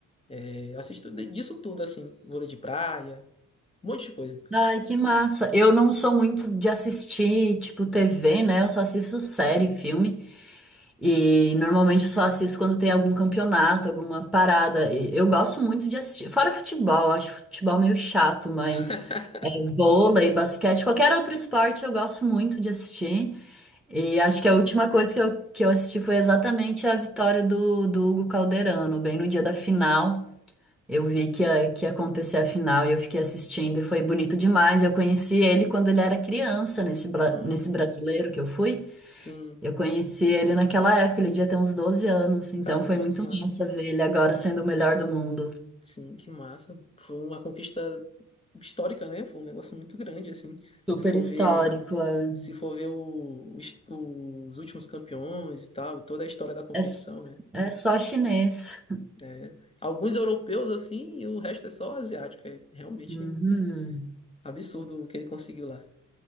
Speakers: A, on the left; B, in the centre.
A: É, eu assisto de- disso tudo, assim. Vôlei de praia, um monte de coisa.
B: Ai, que massa. Eu não sou muito de assistir, tipo, TV, né? Eu só assisto série, filme. E normalmente eu só assisto quando tem algum campeonato, alguma parada. E Eu gosto muito de assistir. Fora futebol, acho futebol meio chato, mas
A: <laughs>
B: é, vôlei, basquete, qualquer outro esporte eu gosto muito de assistir. E acho que a última coisa que eu, que eu assisti foi exatamente a vitória do, do Hugo Calderano, bem no dia da final. Eu vi que ia, que ia acontecer a final e eu fiquei assistindo e foi bonito demais. Eu conheci ele quando ele era criança, nesse, bra-
A: Aham.
B: nesse brasileiro que eu fui.
A: Sim,
B: Eu conheci ele naquela época, ele devia ter uns 12 anos, então
A: caramba,
B: foi muito
A: que massa.
B: massa ver ele agora sendo o melhor do mundo.
A: Sim, que massa. Foi uma conquista histórica, né? Foi um negócio muito grande, assim. Se
B: Super
A: for
B: histórico,
A: ver,
B: é,
A: se for ver o- os, os últimos campeões e tal, e toda a história da competição,
B: é, s-
A: né?
B: é só chinês.
A: É, alguns europeus assim e o resto é só asiático. É realmente
B: Uhum.
A: absurdo o que ele conseguiu lá.